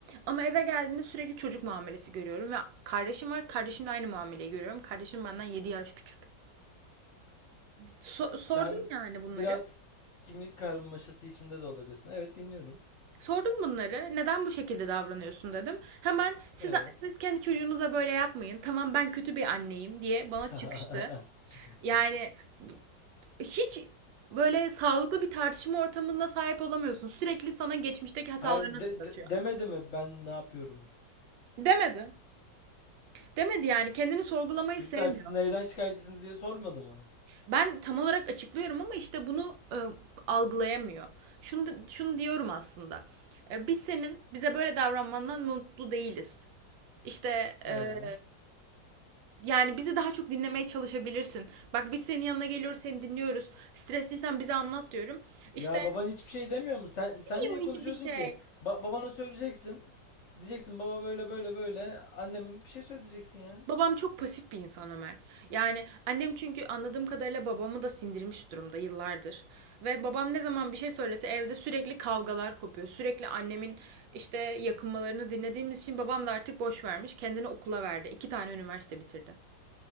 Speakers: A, on the right; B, on the left.
A: Ama eve geldiğimde sürekli çocuk muamelesi görüyorum. Ve kardeşim var, kardeşimle aynı muameleyi görüyorum. Kardeşim benden 7 yaş küçük. So- sordum
B: Sen
A: yani bunları.
B: biraz kimlik karmaşası içinde de olabilirsin. Evet dinliyorum.
A: Sordum bunları. Neden bu şekilde davranıyorsun dedim. Hemen siz
B: Evet.
A: siz kendi çocuğunuza böyle yapmayın. Tamam ben kötü bir anneyim diye bana
B: <laughs>
A: çıkıştı. Yani b- hiç böyle sağlıklı bir tartışma ortamına sahip olamıyorsun. Sürekli sana geçmişteki hatalarını
B: Hayır
A: hatırlatıyor.
B: de- de- demedi mi ben ne yapıyorum?
A: Demedi. Demedi yani kendini sorgulamayı
B: Çocuklar
A: sevmiyor.
B: siz neyden şikayetçisiniz diye sormadı mı?
A: Ben tam olarak açıklıyorum ama işte bunu e, algılayamıyor. Şunu da- şunu diyorum aslında. E, biz senin bize böyle davranmandan mutlu değiliz. İşte e,
B: Ee?
A: Yani bizi daha çok dinlemeye çalışabilirsin. Bak biz senin yanına geliyoruz, seni dinliyoruz. Stresliysen bize anlat diyorum. İşte
B: Ya baban hiçbir şey demiyor mu? Sen sen
A: Yok
B: niye
A: hiçbir
B: konuşuyorsun
A: şey.
B: ki? Ba babana söyleyeceksin. Diyeceksin baba böyle böyle böyle. Annem bir şey söyleyeceksin ya.
A: babam çok pasif bir insan Ömer. Yani annem çünkü anladığım kadarıyla babamı da sindirmiş durumda yıllardır. Ve babam ne zaman bir şey söylese evde sürekli kavgalar kopuyor. Sürekli annemin işte yakınmalarını dinlediğimiz için babam da artık boş vermiş. Kendini okula verdi. İki tane üniversite bitirdi.